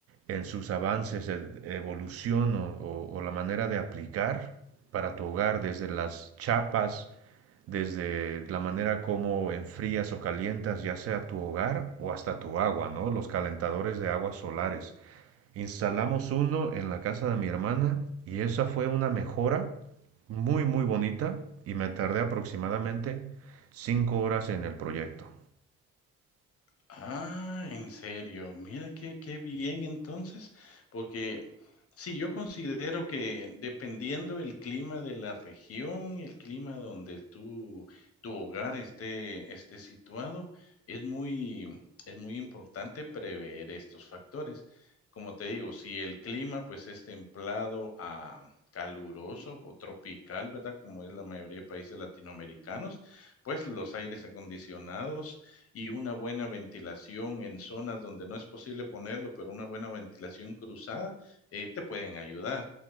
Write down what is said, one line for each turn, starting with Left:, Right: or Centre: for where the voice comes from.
Right: en sus avances, e- evolución o, o- o la manera de aplicar para tu hogar, desde las chapas desde la manera como enfrías o calientas ya sea tu hogar o hasta tu agua, ¿no? Los calentadores de aguas solares. Instalamos uno en la casa de mi hermana y esa fue una mejora muy, muy bonita y me tardé aproximadamente cinco horas en el proyecto.
Left: Ah, en serio, mira qué, qué bien entonces, porque sí, yo considero que dependiendo el clima de la región, el clima donde tú, tu hogar esté, esté situado, es muy, es muy importante prever estos factores. Como te digo, si el clima pues es templado a caluroso o tropical, ¿verdad? Como es la mayoría de países latinoamericanos, pues los aires acondicionados y una buena ventilación en zonas donde no es posible ponerlo, pero una buena ventilación cruzada, eh, te pueden ayudar.